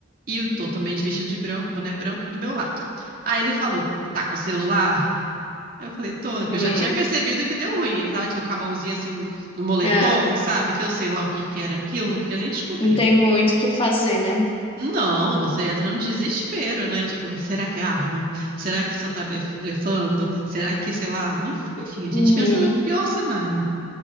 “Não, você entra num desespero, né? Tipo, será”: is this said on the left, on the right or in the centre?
Right